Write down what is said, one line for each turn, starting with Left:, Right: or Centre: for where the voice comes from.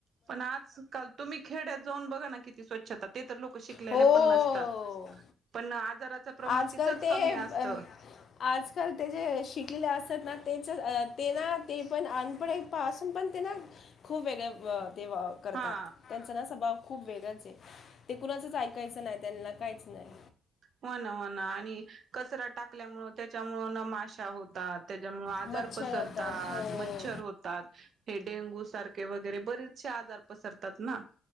Right: पण आज काल तुम्ही खेड्यात जाऊन बघा ना किती स्वच्छता. ते तर लोक शिकलेले
Left: हो
Right: पण नसतात पण आजाराचं प्रमाण
Left: आजकाल
Right: तिथंच
Left: ते
Right: कमी
Left: अ,
Right: असत.
Left: आजकाल ते जे शिकलेले असतात ना त्याचं तेना ते पण अनपढ्यापासून पण त्यांना खूप वेगळं. ते करतात
Right: हा
Left: त्यांचा ना स्वभाव. खूप वेगळच आहे. ते कुणाचच ऐकायचं नाही त्यांना काहीच नाही.
Right: हो ना हो ना आणि कचरा टाकल्यामुळ त्याच्यामुळं ना माशा होतात. त्याच्यामुळे आजार
Left: मच्छर
Right: पसरतात
Left: होतात हो
Right: मच्छर होतात हे डेंगू सारखे वगैरे बरेचसे आजार... पसरतात ना.